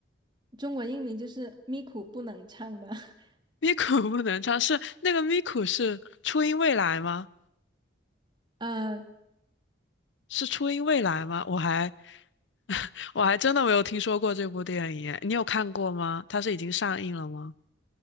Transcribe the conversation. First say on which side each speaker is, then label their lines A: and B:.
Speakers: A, on the right (about 25°); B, on the left (about 75°).
A: 中文译名就是《咪咕不能唱》吧。<laughs>
B: ？Miku <laughs> 不能唱，是那个 Miku 是初音未来吗？
A: 呃，
B: 是初音未来吗？我还 <laughs> 我还真的没有听说过这部电影耶你有看过吗？它是已经上映了吗？